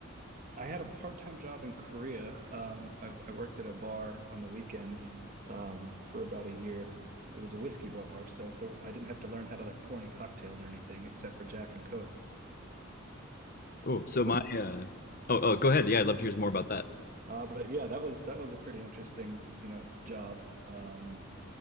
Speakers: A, on the right; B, on the left.
A: I had a part-time job in Korea. Um, I, I worked at a bar on the weekends um, for about a year. It was a whiskey bar, so there, I didn't have to learn how to like pour any cocktails or anything except for Jack and Coke.
B: oh, so
A: But
B: my uh, oh oh, go ahead. Yeah, I'd love to hear more about that.
A: uh, but yeah, that was that was a pretty interesting, you know, job. Um,